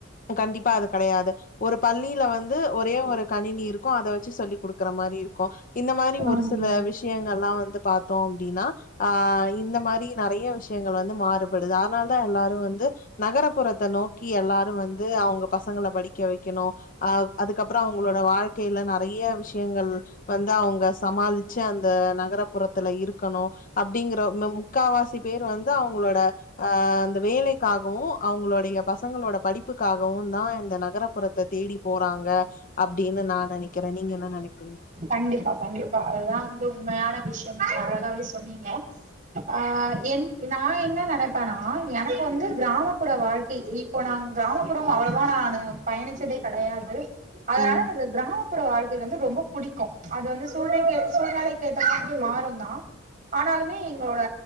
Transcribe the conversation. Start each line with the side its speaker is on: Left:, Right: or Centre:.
Left: கண்டிப்பா அது கெடையாது ஒரு பள்ளில வந்து ஒரே ஒரு கணினி இருக்கு அத வச்சு சொல்லி குடுக்குற மாரி இருக்கு இந்த மாரி
Right: ம்
Left: ஒரு சில விஷ்யங்கள்லா வந்து பாத்தோ அப்டினா ஆஹ் இந்த மாரி நெறையா விஷ்ய யங்கள் வந்து மாறுபடுது அதனால் தா எல்லாரு வந்து நகரப்புறத்த நோக்கி எல்லாரு வந்து அவ்ங்க பசங்கள படிக்க வைக்கணு அஹ் அதுக்கப்ற அவ்ங்களோட வாழ்க்கைல நெறையா விஷ்யங்கள் வந்து அவ்ங்க சமாளிச்சு அந்த நகரப்புறத்துல இருக்கணு அப்டிங்கிற மெம் முக்காவாசி பேரு வந் து அவ்ங்ளோட அஹ் அந்த வேலைக்காகவு அவ்ங்ளோடைய பசங்களோட படிப்புக்காகவுந் தா இந்த நகரப்புறத்த தேடி போறாங்க அப்டின்னு நா நெனைக்கிறே நீங்க என்ன நெனைக்
Right: கண்டிப்பா கண்டிப்பா அதுதா வந்து உண்மையான விஷ் யம் அழகாவே சொன்னீங்க ஆஹ் என் நா என்ன நெனப்பேனா எனக்கு வந்து கிராமப்புற வாழ்க்கை இப்போ நா கிராமப்புறம் அவளவா நானு பயணிச்சதே கெடையாது அதனால
Left: ம்
Right: எனக்கு கிராமப்புற வாழ்க்கை வந்து ரொம்ப பிடிக் க அது வந்து சூழ்நகே சூழ்நெலைக்கு ஏத்த மாதிரி மாறுந்தா ஆனாலுமே எங்ளோட